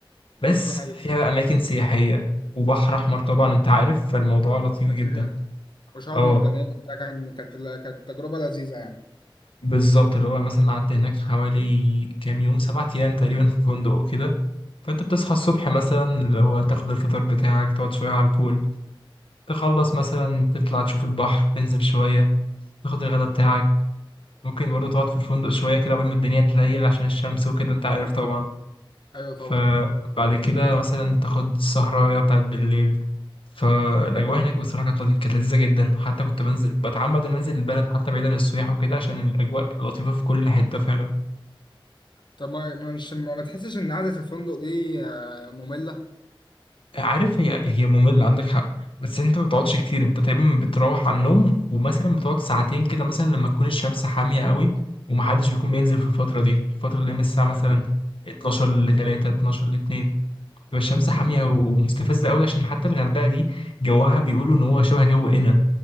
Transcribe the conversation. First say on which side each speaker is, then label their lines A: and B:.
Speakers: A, on the left; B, on the left.
A: بس
B: دي حقيقة
A: فيها بقى اماكن سياحيه وبحر احمر طبعا انت عارف فالموضوع لطيف
B: فاكهة
A: جدا
B: وشعاب
A: اه
B: مرجانية وبتاع، كان كانت كانت تجربة لذيذة يعني
A: بالظبط اللي هو مثلا قعدت هناك حوالي كام يوم سبعة ايام تقريبا في فندق وكده فانت بتصحى الصبح مثلا اللي هو تاخد الفطار بتاعك تقعد شويه على البول تخلص مثلا تطلع تشوف البحر تنزل شوية تاخد الغداء بتاعك ممكن برضو تقعد في الفندق شوية كده قبل ما الدنيا تليل عشان الشمس وكده انت عارف طبعا
B: ايوه طبعا
A: فبعد كده مثلا تاخد السهرة بتاعت بالليل فالأجواء
B: أيوة.
A: هناك بصراحة كانت لطي- كانت لذيذة جدا حتى كنت بنزل بتعمد إن أنزل البلد حتى بعيد عن السياح وكده عشان الأجواء لطيفة في كل حتة فعلا
B: طب ما ما مش ما ما تحسش إن قعدة الفندق دي آه، مملة؟
A: عارف هي هي مملة عندك حق بس انت ما بتقعدش كتير انت تقريبا بتروح على النوم ومثلا بتقعد ساعتين كده مثلا لما تكون الشمس حامية قوي ومحدش بيكون بينزل في الفترة دي الفترة اللي هي من الساعة مثلا
B: ايوه
A: 12 ل 3 12 ل 2 بتبقى الشمس حامية ومستفزة قوي عشان حتى الغردقة دي جوها بيقولوا ان هو شبه جو قنا